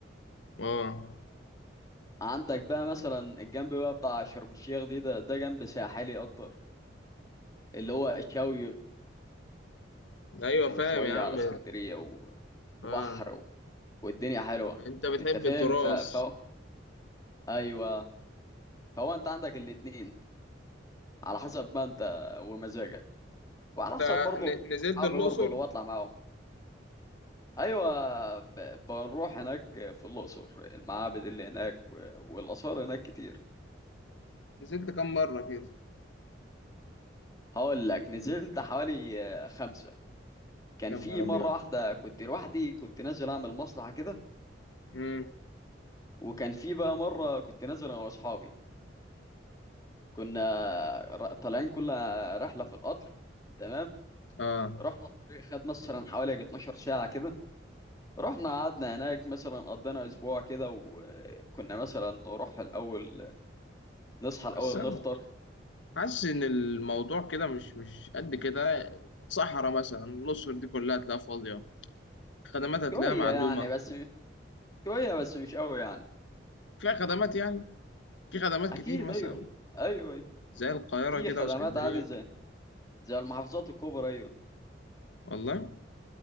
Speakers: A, on the left; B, on the left.
A: اه
B: فعندك بقى مثلا الجنب بقى بتاع شرم الشيخ دي ده ده جنب ساحلي اكتر اللي هو الشاوي
A: ايوه
B: قلت من
A: فاهم
B: شويه
A: يا عم
B: على اسكندريه و... وبحر
A: اه
B: و... والدنيا حلوه
A: انت بتحب
B: انت فاهم
A: التراث
B: ف... ف... ايوه فهو انت عندك الاتنين على حسب ما انت ومزاجك وعلى
A: انت
B: حسب برضه
A: ن- نزلت
B: اصحابي
A: الأقصر
B: برضه اللي بطلع معاهم ايوه ب- بنروح هناك في الاقصر المعابد اللي هناك و- والاثار هناك كتير
A: نزلت كام مرة كده
B: هقول لك نزلت حوالي آه، خمسه كان
A: يا
B: في
A: نهار ابيض
B: مره واحده كنت لوحدي كنت نازل اعمل مصلحه كده
A: امم
B: وكان في بقى مره كنت نازل انا واصحابي كنا ر- طالعين كل رحله في القطر تمام
A: اه
B: رحنا الطريق خد مثلا حوالي يجي 12 ساعه كده رحنا قعدنا هناك مثلا قضينا اسبوع كده وكنا مثلا نروح الاول نصحى
A: بس
B: الاول
A: انا
B: نفطر
A: والله. حاسس ان الموضوع كده مش مش قد كده صحراء مثلا الأقصر دي كلها هتلاقيها فاضية خدمات هتلاقيها
B: شويه
A: معدومة
B: يعني بس شويه بس مش قوي يعني
A: فيها خدمات يعني في خدمات
B: اكيد
A: كتير مثلا
B: ايوه ايوه أيوة.
A: زي القاهرة
B: في
A: كده
B: خدمات
A: واسكندرية
B: عادي زي زي المحافظات الكبرى ايوه
A: والله